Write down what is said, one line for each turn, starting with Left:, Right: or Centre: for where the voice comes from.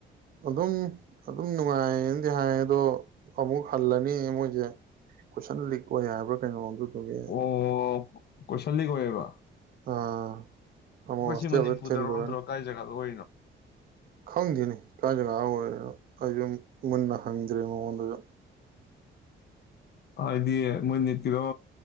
Right: ꯑꯗꯨꯝ ꯑꯗꯨꯝ ꯅꯨꯡꯉꯥꯏꯌꯦꯅꯗꯤ ꯍꯥꯏ ꯑꯗꯣ ꯑꯃꯨꯛ ꯍꯜꯂꯅꯤ ꯃꯣꯏꯁꯦ ꯀꯣꯏꯁꯟ ꯂꯤꯛ ꯑꯣꯏ ꯍꯥꯏꯕ꯭ꯔꯥ ꯀꯩꯅꯣꯝ ꯑꯗꯨꯒꯤ <inaudible>
Left: ꯑꯣ ꯀꯣꯏꯁꯟ ꯂꯤꯛ ꯑꯣꯏꯌꯦꯕ
Right: ꯑꯥ ꯑꯃꯨꯛ
Left: ꯑꯩꯈꯣꯏ
Right: ꯍꯣꯁꯇꯦꯜꯗ
Left: ꯁꯤ ꯃꯅꯤꯄꯨꯔꯗꯔꯣ
Right: ꯊꯤꯜꯂꯨꯔꯅꯤ
Left: ꯅꯇꯔꯥ ꯀꯥꯏ ꯌꯒꯗ <inaudible>
Right: ꯈꯪꯗꯦꯅꯦ ꯀꯥꯢ ꯖꯒꯥ ꯑꯣꯏꯔꯤꯅꯣ ꯑꯩꯁꯨ ꯃꯨꯟꯅ ꯍꯪꯗ꯭ꯔꯦ ꯃꯉꯣꯟꯗꯁꯨ
Left: ꯍꯥꯏꯗꯤ ꯃꯣꯏ ꯅꯤꯠꯀꯤꯔꯣ